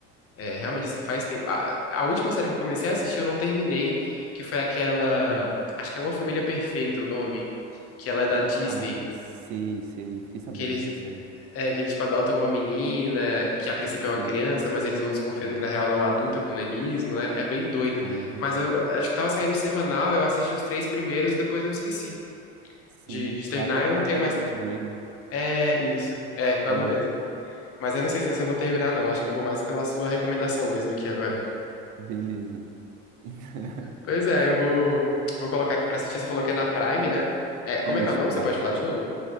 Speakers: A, on the left; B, on the right.
A: É, realmente, assim, faz tempo. A, a última série que eu comecei a assistir, eu não terminei, que foi aquela. Acho que é Uma Família Perfeita o nome. Que ela é da Disney.
B: Ah, sei, sei. Fiquei sabendo
A: Que eles,
B: dessa série.
A: é, que eles, tipo, adotam uma menina, que a princípio
B: Sei.
A: é uma criança, mas eles vão desconfiando
B: Aham,
A: que na real ela é uma adulta com nanismo, né? É bem doida.
B: aham.
A: Mas eu acho que tava saindo semanal, eu assisti os três primeiros e depois eu esqueci
B: Sim.
A: de, de terminar.
B: É até com
A: Eu não
B: a
A: tenho
B: Meredith
A: mais.
B: Grey, né?
A: É isso. É, com ela
B: Aham.
A: mesmo. Mas eu não sei se essa eu vou terminar, não. Acho que eu vou mais pela sua recomendação mesmo aqui agora.
B: Beleza. <laughs>
A: Pois é, eu vou, vou colocar aqui pra assistir. Você falou que é na Prime, né? É, como
B: Isso,
A: é que é o nome?
B: Prime.
A: Você pode falar de novo?